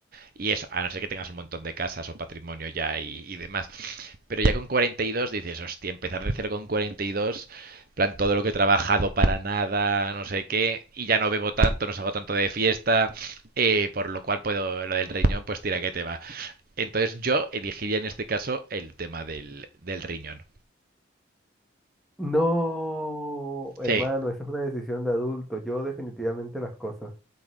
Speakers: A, on the right; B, in the centre.
A: y eso, a no ser que tengas un montón de casas o patrimonio ya y, y demás. Pero ya con 42 dices, hostia, empezar de cero con 42, plan todo lo que he trabajado para nada, no sé qué, y ya no bebo tanto, no salgo tanto de fiesta, eh, por lo cual puedo, lo del riñón, pues tira que te va. Entonces yo elegiría en este caso el tema del, del riñón.
B: No, hermano,
A: Sí,
B: esa es una decisión de adulto. Yo definitivamente las cosas.